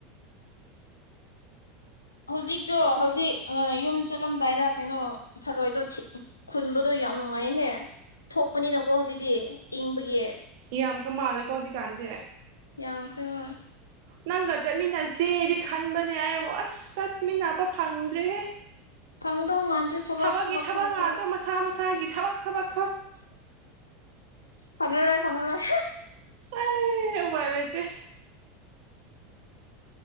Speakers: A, on the left (about 85°); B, on the right (about 60°).
A: ꯍꯧꯖꯤꯛꯇꯣ ꯍꯧꯖꯤꯛ ꯌꯨꯝ ꯆꯠꯂꯝꯗꯥꯏꯗ ꯀꯩꯅꯣ ꯊꯔꯣꯏꯗꯣ ꯊ ꯈꯨꯟꯕꯗꯣ ꯌꯥꯝ ꯅꯨꯡꯉꯥꯏꯍꯦ ꯊꯣꯛꯄꯅꯤꯅꯀꯣ ꯍꯧꯖꯤꯛꯇꯤ ꯏꯪꯕꯒꯤ
B: ꯌꯥꯝꯈꯔ ꯃꯥꯜꯂꯦꯀꯣ ꯍꯧꯖꯤꯛꯀꯥꯟꯁꯦ
A: ꯌꯥꯝꯈ꯭ꯔꯦ ꯍꯣꯏ
B: ꯅꯪꯒ ꯆꯠꯃꯤꯟꯅꯁꯦꯗꯤ ꯈꯟꯕꯅꯦ ꯑꯩꯕꯣ ꯑꯁ ꯆꯠꯃꯤꯟꯅꯕ ꯐꯪꯗ꯭ꯔꯦꯍꯦ
A: ꯐꯪꯗꯧ ꯃꯥꯟꯗꯦ ꯊꯕꯥꯛ
B: ꯊꯕꯛꯀꯤ
A: ꯊꯕꯛ ꯊꯕꯛ
B: ꯉꯥꯛꯇ
A: ꯊꯕꯛ
B: ꯃꯁꯥ ꯃꯁꯥ ꯒꯤ ꯊꯕꯛ‌ ꯊꯕꯛ
A: ꯐꯉꯔꯣꯏ ꯐꯉꯔꯣꯏ
B: ꯑꯦ ꯎꯄꯥꯏ ꯂꯩꯇꯦ